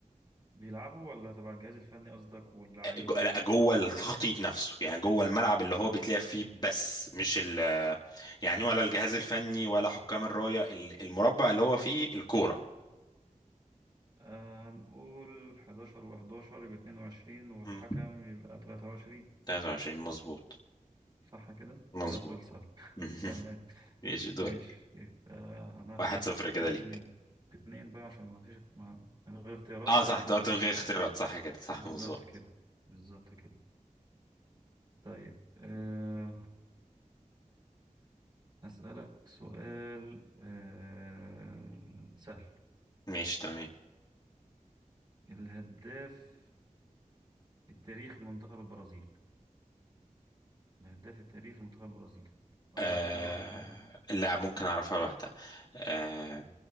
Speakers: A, on the right; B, on the left.
A: بيلعبوا ولا تبع الجهاز الفني قصدك واللعيبة؟
B: آه، جو- لا جوه التخطيط نفسه يعني جوه الملعب اللي هو بيتلعب فيه بس مش ال يعني ولا الجهاز الفني ولا حكام الراية ال- المربع اللي هو فيه الكورة
A: آه هنقول 11 و11 يبقى 22 والحكم
B: مم،
A: يبقى 23
B: 23 مظبوط
A: صح كده؟
B: مظبوط
A: ده سؤال سهل
B: <laughs>
A: <laughs> تمام
B: ماشي دور
A: ماشي يبقى هناخد
B: واحد صفر كده
A: اتنين
B: ليك
A: اتنين بقى عشان ما فيش ما من غير اختيارات
B: اه
A: فناخد
B: صح دوت
A: اتنين
B: من غير اختيارات صح كده صح
A: بالظبط
B: مظبوط
A: كده بالظبط كده طيب أه هسألك سؤال أه سهل
B: ماشي تمام
A: الهداف التاريخي لمنتخب البرازيل الهداف التاريخي لمنتخب البرازيل
B: آه...
A: أول اختيارات ولا
B: لا ممكن اعرفها لوحدها آه...